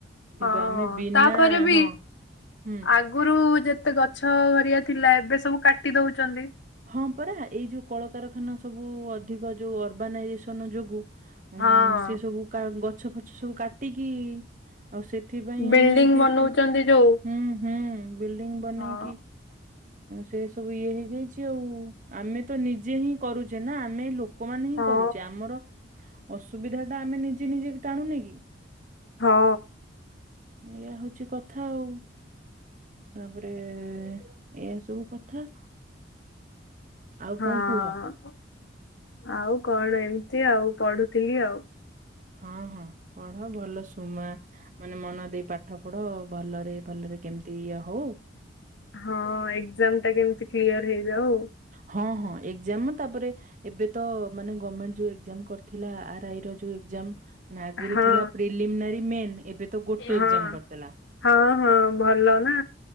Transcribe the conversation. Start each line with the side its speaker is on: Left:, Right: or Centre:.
Right: କିନ୍ତୁ
Left: ହଁ
Right: ଆମେ ବିନା
Left: ତାପରେ ବି
Right: ହଁ ହୁଁ
Left: ଆଗରୁ ଯେ ତେ ଗଛ ହରିଆ ଥିଲା, ଏବେ ସବୁ କାଟି ଦଉଛନ୍ତି।
Right: ହଁ ପରା ଏଇ ଯୋଉ କଳକାରଖାନା ସବୁ ଅଧିକ, ଯୋଉ ଅର୍ବାନାଇଜେସନ ଯୋଗୁ ଉଁ
Left: ହଁ
Right: ସେ ସବୁ କା ଗଛ ଫଛ ସବୁ କାଟିକି ଆଉ ସେଥିପାଇଁ
Left: ବିଲ୍ଡିଂ
Right: ଆମେ ଆଜି
Left: ବନଉଛନ୍ତି
Right: ଏତେ
Left: ଯୋଉ
Right: ହୁଁ - ହୁଁ। ବିଲ୍ଡିଂ ବନେଇକି
Left: ହଁ
Right: ସେ ସବୁ ଇଏ ହେଇଯାଇଛି। ଚି ଆଉ ଆମେ ତ ନିଜେ ହିଁ କରୁଛେ ନା ଆମେ ଲୋକମାନେ ହିଁ
Left: ହଁ
Right: କରୁଚେ ଆମର। ଅସୁବିଧା ଟା ଆମେ ନିଜେ ନିଜେ ଟାଣୁନେ କି।
Left: ହଁ।
Right: ଏୟା ହୋଉଛି କଥା ଆଉ। ତା ପରେ ଏ ସବୁ କଥା। ଆଉ
Left: ହଁ
Right: କଣ କୁହ।
Left: ଆଉ କଣ ଏମ୍ ତି ଆଉ ପଢୁଥିଲି ଆଉ।
Right: ହଁ-ହଁ ପଢ ଭଲ ଶୁମା ମାନେ ମନ ଦେଇ ପାଠ ପଢ। ଭଲରେ-ଭଲରେ କେମ୍ ତି ଇଏ ହୋଉ।
Left: ହଁ ଏକ୍ଜାମ ଟା କେମିତି କ୍ଲିୟର ହେଇଯାଉ।
Right: ହଁ-ହଁ ଏକ୍ଜାମ ତାପରେ ଏବେ ତ ମାନେ ଗମେଣ୍ଟ ଯୋଉ ଏକ୍ଜାମ କରିଥିଲା ଆର ଆଇ ର ଯୋଉ ଏକ୍ଜାମ। ମାନେ ଆଗରୁ
Left: ହଁ
Right: ଥିଲା ପ୍ରିଲିମ୍ନାରୀ ମେନ୍। ଏବେ ତ ଗୋଟେ
Left: ହଁ।
Right: ଏକ୍ଜାମ କରିଦେଲା।
Left: ହଁ ହଁ ଭଲ ନା